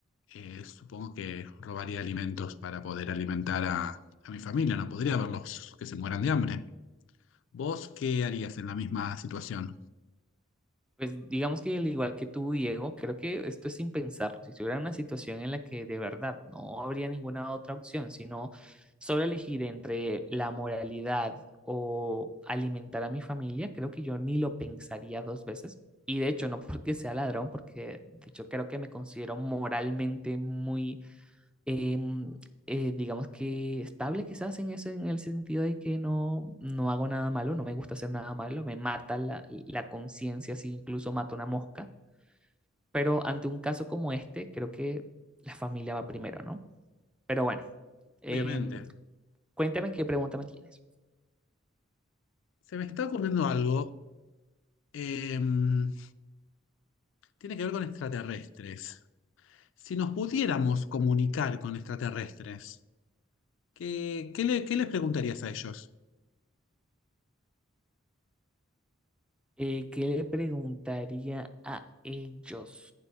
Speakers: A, on the left; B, in the centre.
A: eh, supongo que robaría alimentos para poder alimentar a, a mi familia. No podría verlos que se mueran de hambre. ¿Vos qué harías en la misma situación?
B: Pues digamos que al igual que tú, Diego, creo que esto es sin pensarlo. Si estuviera en una situación en la que de verdad no habría ninguna otra opción, sino solo elegir entre la moralidad o alimentar a mi familia, creo que yo ni lo pensaría dos veces. Y de hecho, no porque sea ladrón, porque de hecho creo que me considero moralmente muy em, eh, digamos que estable quizás en eso, en el sentido de que no, no hago nada malo, no me gusta hacer nada malo, me mata la, la conciencia si incluso mato una mosca, pero ante un caso como este, creo que la familia va primero, ¿no? Pero bueno, em,
A: Obviamente.
B: cuéntame qué pregunta me tienes.
A: Se me está ocurriendo algo. em, tiene que ver con extraterrestres. Si nos pudiéramos comunicar con extraterrestres, ¿qué, qué le- qué les preguntarías a ellos?
B: Eh, ¿qué le preguntaría a ellos?